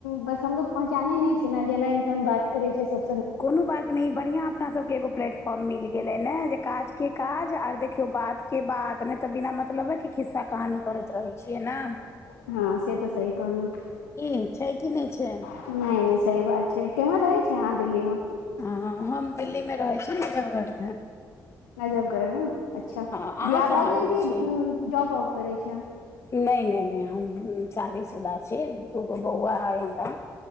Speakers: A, on the left; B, on the left.
A: बस हमलोग पहचाने नहि छी ने जेना इन्सान बात करै छै सब
B: कोनो बात नहि ई बढ़ियां अपना सब के एगो प्लेटफॉर्म मिल गेल गेले ने जे काज के काज आर देखियौ बात के बात ने तऽ बिना मतलबे के खिस्सा कहानी करैत रहै छियै न
A: हँ से तऽ सही कहलहुँ
B: की छै कि नहि छै
A: नहि नइ सही बात छै किमहर रहै छियै अहाँ दिल्ली में
B: हँ हम दिल्ली में रहै छी नजबगढ़ में
A: नजबगढ़ में अच्छा
B: अहाँ
A: बियाह
B: कहाँ
A: भए
B: रहै
A: गेल
B: छी
A: क जॉब आॅब करे छी अहाॅं
B: नहि नहि नहि हम शादीशुदा छी दूगो बौआ अइ हमरा